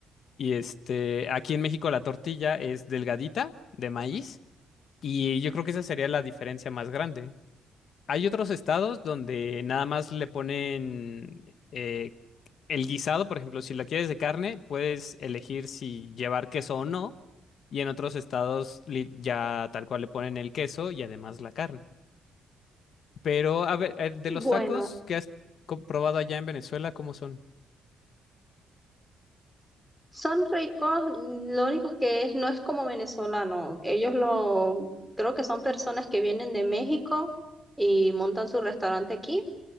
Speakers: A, on the left; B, in the centre.
A: Y este, aquí en México la tortilla es delgadita de maíz y yo creo que esa sería la diferencia más grande. Hay otros estados donde nada más le ponen eh, el guisado, por ejemplo, si la quieres de carne, puedes elegir si llevar queso o no, y en otros estados li- ya tal cual le ponen el queso y además la carne. Pero, a ver, eh, de
B: Bueno,
A: los tacos que has co- probado allá en Venezuela, ¿cómo son?
B: Son ricos, lo único que es, no es como venezolano. Ellos lo, creo que son personas que vienen de México y montan su restaurante aquí